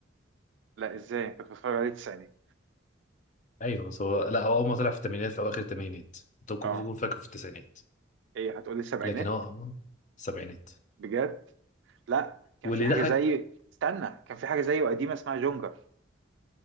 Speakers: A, on the right; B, on the left.
A: لا ازاي كنت بتفرج عليه تسعينات
B: ايوه بس هو لا هو اول ما طلع في الثمانينات في اواخر الثمانينات انت ممكن
A: اه
B: تكون فاكره في التسعينات
A: ايه هتقولي سبعينات
B: لكن هو السبعينات
A: بجد لا كان
B: واللي
A: في حاجة
B: ضحك
A: زي استنى كان في حاجة زيه قديمة اسمها جونجر